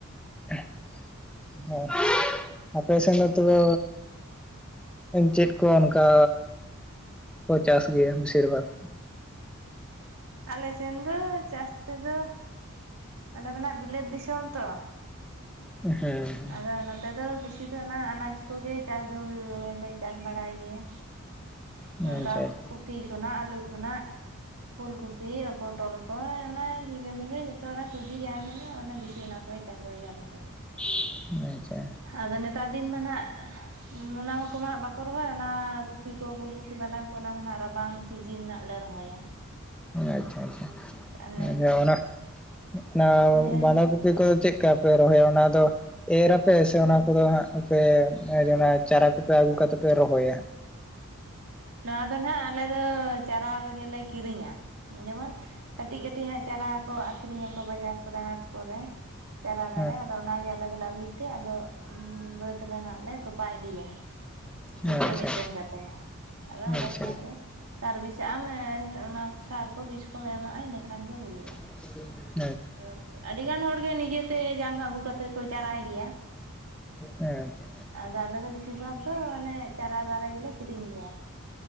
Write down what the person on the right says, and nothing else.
ᱟᱞᱮ ᱥᱮᱱ ᱫᱚ ᱪᱟᱥ ᱛᱮᱫᱚ ᱟᱞᱮ ᱢᱟᱱᱟ ᱵᱤᱞᱟᱹᱛ ᱫᱤᱥᱚᱢ ᱛᱚ,
ᱟᱫᱚ ᱱᱚᱛᱮ ᱫᱚ ᱵᱮᱥᱤ ᱫᱚ ᱚᱱᱟ ᱟᱱᱟᱡᱽ ᱠᱚᱜᱮ ᱪᱟᱥ ᱫᱚᱞᱮ ᱪᱟᱥ ᱵᱟᱲᱟᱭ ᱜᱮᱭᱟ
ᱚᱱᱠᱟ
<unintelligible>
ᱠᱚᱯᱤ ᱠᱷᱚᱱᱟᱜ ᱟᱞᱩ ᱠᱷᱚᱱᱟᱜ ᱯᱷᱩᱞ ᱠᱚᱯᱤ ᱯᱚᱴᱚᱞ ᱦᱳᱭ ᱚᱱᱟ ᱡᱤᱸᱜᱟᱹ ᱢᱤᱸᱜᱷᱟᱹ ᱡᱚᱛᱚ ᱚᱱᱟ ᱥᱚᱵᱽᱡᱤ ᱡᱟᱦᱟᱸ ᱜᱮ ᱢᱮᱱᱟᱜ ᱵᱤᱥᱤ ᱚᱱᱟ ᱠᱚᱜᱮ ᱪᱟᱥ ᱫᱚ ᱦᱩᱭᱩᱜᱼᱟ ᱟᱞᱮᱥᱮᱫ ᱫᱚ
ᱟᱫᱚ ᱱᱮᱛᱟᱨ ᱫᱤᱱ ᱢᱟ ᱱᱟᱦᱟᱜ ᱚᱱᱟ ᱠᱚᱢᱟ ᱱᱟᱦᱟᱜ ᱵᱟᱠᱚ ᱨᱚᱦᱚᱭ ᱚᱱᱟ ᱜᱩᱯᱤ ᱠᱚ ᱯᱩᱞ ᱜᱩᱯᱤ ᱵᱟᱸᱫᱟᱷᱟᱠᱚ ᱚᱱᱟ ᱢᱟ ᱱᱟᱦᱟᱜ ᱨᱟᱵᱟᱝ ᱥᱤᱡᱤᱱ ᱨᱮᱱᱟᱜ ᱞᱮ ᱨᱚᱦᱚᱭᱟ <unintelligible>
ᱟᱨ ᱱᱤᱛ
ᱦᱮᱸ
ᱱᱚᱣᱟ ᱫᱚ ᱱᱟᱦᱟᱜ ᱟᱞᱮ ᱫᱚ ᱪᱟᱨᱟ ᱨᱮᱜᱮ ᱞᱮ ᱠᱤᱨᱤᱧᱟ ᱡᱮᱢᱚᱱ ᱠᱟᱹᱴᱤᱡ ᱠᱟᱹᱴᱤᱡ ᱟᱸᱜ ᱪᱟᱨᱟ ᱠᱚ ᱟᱠᱷᱨᱤᱧᱟ ᱟᱠᱚ ᱵᱟᱡᱟᱨ ᱠᱚᱨᱮ ᱦᱟᱴ ᱠᱚᱨᱮ ᱠᱚᱨᱮ ᱪᱟᱨᱟ ᱫᱟᱨᱮ
ᱟᱫᱚ ᱚᱱᱟᱜᱮ ᱟᱞᱮ ᱫᱚᱞᱮ ᱟᱹᱜᱩᱭ ᱛᱮ ᱟᱫᱚ ᱵᱟᱹᱫᱽ ᱨᱮᱱᱟᱜ ᱞᱮ ᱛᱚᱯ <inaudible>
ᱢᱤᱫᱴᱟᱝ
ᱢᱤᱫᱴᱮᱱ ᱠᱟᱛᱮᱜ ᱟᱫᱚ ᱚᱸᱰᱮ
ᱠᱷᱚᱱᱟᱜ ᱜᱮ ᱥᱟᱨ ᱵᱤᱥ ᱟᱜ ᱟᱢ ᱚᱱᱟ ᱥᱟᱨ ᱠᱚ ᱵᱤᱥ ᱠᱚᱢ ᱮᱢᱟᱜᱼᱟ ᱤᱱᱟᱹ ᱠᱷᱟᱱ ᱜᱮ ᱦᱳᱭᱳᱜᱼᱟ
ᱟᱫᱚ ᱟᱹᱰᱤᱜᱟᱱ ᱦᱚᱲᱜᱮ ᱱᱤᱡᱮᱛᱮ ᱡᱟᱝ ᱟᱹᱜᱩ ᱠᱟᱛᱮ ᱠᱚ ᱪᱟᱨᱟᱭ ᱜᱮᱭᱟ
ᱟᱫᱚ ᱟᱞᱮ ᱫᱚ ᱵᱤᱥᱤᱨ ᱵᱷᱟᱜᱽ ᱫᱚ ᱚᱱᱮ ᱪᱟᱨᱟ ᱫᱟᱨᱮ ᱜᱮᱞᱮ ᱠᱤᱨᱤᱧ ᱜᱮᱭᱟ